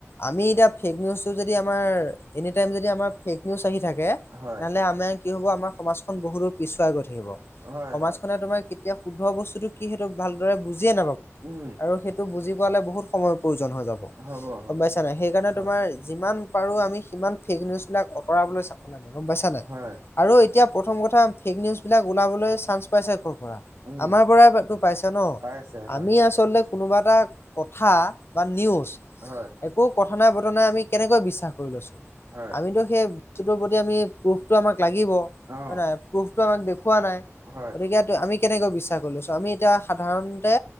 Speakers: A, on the left (about 50°); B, on the right (about 75°).
A: আমি এতিয়া ফেক নিউজ যদি আমাৰ এনিটাইম যদি আমাৰ ফেক নিউজ আহি থাকে তেনেহলে
B: হয়
A: আমাৰ কি হব আমাৰ সমাজখন বহুতো পিছুৱাই গৈ থাকিব।
B: হয়
A: সমাজখনে
B: হয়
A: তোমাৰ কেতিয়া শুদ্ধ বস্তুটো কি সেইটো ভালদৰে বুজিয়ে নাপাব
B: উম
A: আৰু সেই ত বুজি পোৱালে বহুত সময় প্ৰয়োজন হৈ যাব।
B: হ'ব হ'ব
A: গম পাইছা নাই সেইকাৰণে
B: হয়
A: তোমাৰ যিমান পাৰো আমি সিমান ফেক নিউজ বিলাক আঁতৰাবলৈ চাম৷ গম পাইছা নাই
B: হয়
A: আৰু এতিয়া প্ৰথম কথা ফেক নিউজ বিলাক চান্স পাইছে কৰ পৰা
B: উম
A: আমাৰ পৰাইটো পাইছে ন
B: পাইছে হয়।
A: আমিয়ে আচলতে কোনোবা এটা কথা বা নিউজ
B: হয়
A: একো কথা নাই বতৰা নাই আমি কেনেকৈ বিশ্বাস কৰি লৈছো৷
B: হয়
A: আমিতো সেই বস্তুটোৰ প্ৰতি আমি প্ৰুফটো আমাক লাগিব
B: অ
A: হয় নাই প্ৰুফটো আমাক খোৱা নাই
B: হয়।
A: গতিকে আমি কেনেকৈ বিশ্বাস কৰি লৈছো আমি এতিয়া সাধাৰণতে